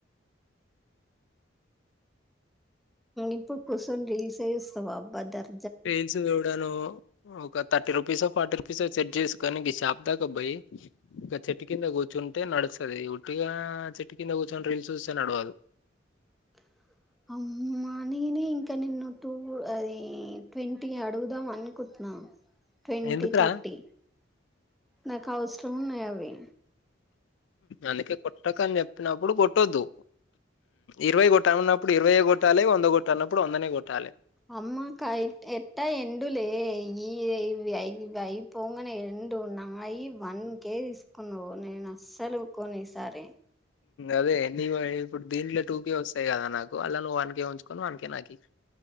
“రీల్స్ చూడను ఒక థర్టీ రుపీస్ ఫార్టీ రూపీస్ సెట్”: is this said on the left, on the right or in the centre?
Left